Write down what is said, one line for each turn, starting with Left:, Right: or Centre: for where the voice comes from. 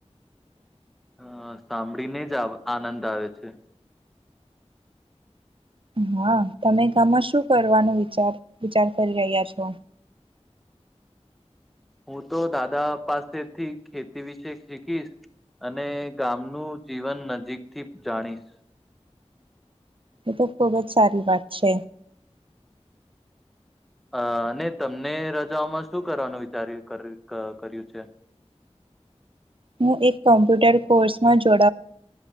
Centre: હ સાંભળીને જ આનંદ આવે છે.
Right: હા તમે ગામમાં શું કરવાનો વિચાર વિચાર કરી રહ્યા છો?
Centre: હું તો દાદા પાસેથી ખેતી વિશે શીખીશ, અને ગામનું જીવન નજીકથી જાણીશ.
Right: એ તો ખુબ જ સારી વાત છે.
Centre: અ અને તમને રજાઓમાં શું કરવાનું વિચાર કર્યું છે?
Right: હું એક કોમ્પ્યુટર કોર્સમાં જો